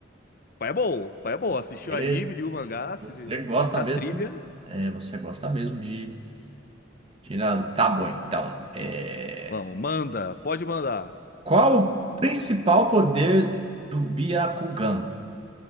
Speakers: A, on the left (about 50°); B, on the right (about 30°).
A: <laughs> Pai é bom, pai é bom.
B: você,
A: Assistiu o anime, li o mangá, se
B: você
A: se tu
B: gosta
A: quiser a
B: mesmo?
A: trivia,
B: é, você gosta mesmo de, de nada. Tá bom, então. É,
A: vamos, manda, pode mandar.
B: Qual o principal poder do Byakugan?